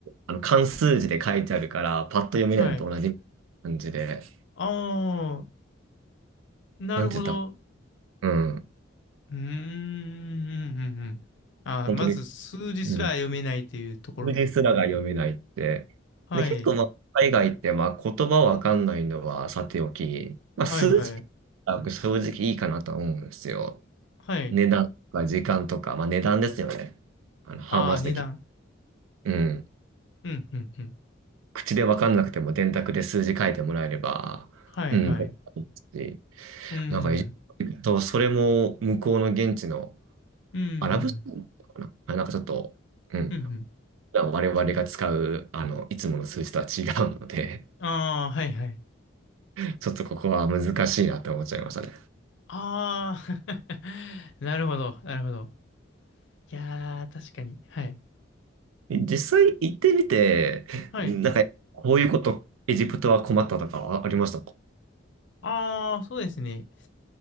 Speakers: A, on the right (about 85°); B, on the left (about 65°).
A: あの、漢数字で書いてあるから、パッと読めないのと同じ感じで、
B: はい。ああ、なるほど。
A: なんて言ったうん。
B: うーん、うん、うん。うんあまず数字すら読めないというところ。
A: 本当に、うん。数字すらが読めないって。
B: はい。
A: で、結構、まあ、海外って、まあ、言葉わかんないのはさておき、まあ、
B: はいはい。
A: 数字は僕正直いいかなと思うんですよ。
B: はい。
A: 値段とか時間とか、まあ、値段ですよね。あの、ハウマッチでき、
B: ああ、値段。
A: うん。
B: うん、うん、うん。
A: 口でわかんなくても電卓で数字書いてもらえれば、
B: はいはい。
A: うん。し
B: うん、うん、
A: なんか、えっと、それも向こうの現地の
B: うん、
A: アラブ数なかなあ、なんかちょっと、うん。
B: うん。
A: 我々が使う、あの、いつもの数字とは違うので、
B: ああ、はいはい。
A: <laughs> ちょっとここは難しいなって思っちゃいましたね。
B: ああ、<laughs> なるほど、なるほど。いやー、確かに。はい。
A: え実際行ってみて、
B: はい。
A: なんか、こういうこと、エジプトは困ったとかあありましたか
B: ああそうですね。